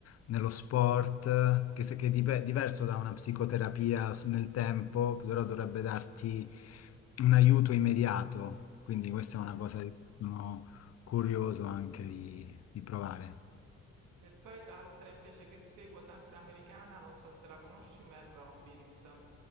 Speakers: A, on the left (about 55°); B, on the right (about 85°).
A: nello sport, che, se- che è dive- diverso da una psicoterapia su- nel tempo, però dovrebbe darti un aiuto immediato. Quindi questa
B: sì.
A: è una cosa sono curioso anche di, di provare.
B: E poi l'altra invece che seguo, sempre americana, non so se la conosci, Mel Robbins.